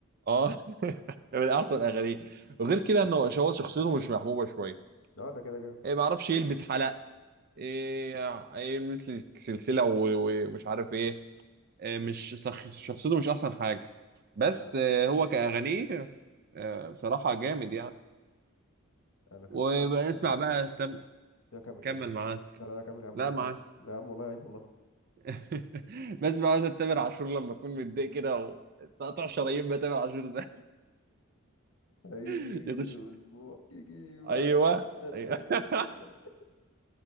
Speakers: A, on the right (about 45°); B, on the left (about 70°).
A: اه <laughs> من احسن اغانيه وغير كده انه هو شخصيته مش محبوبه شويه
B: <laughs> اه ده كده كده
A: إيه ما اعرفش يلبس حلق ايه إيه يلبس لي سلسله و- و- ومش عارف ايه, إيه مش شخ- شخصيته مش احسن حاجه بس
B: ف-
A: آه، هو
B: حقيقة
A: كاغانيه
B: اه
A: آه، بصراحه جامد يعني
B: انا كان
A: واسمع
B: في
A: بقى
B: آه،
A: تم
B: لا كمل
A: كمل
B: كمل معلش
A: معاه
B: لا لا لا كمل يا عم
A: لا
B: لا لا
A: معاه
B: كمل لا يا عم والله عيب والله
A: <laughs> بسمع مثلا تامر عاشور لما اكون متضايق كده وتقطع شرايين بقى تامر عاشور ده
B: هيجي
A: <laughs> يخش
B: لي اسبوع يجي لي
A: ايوه
B: بعد انا ندمان
A: ايوه <laughs>
B: <laughs>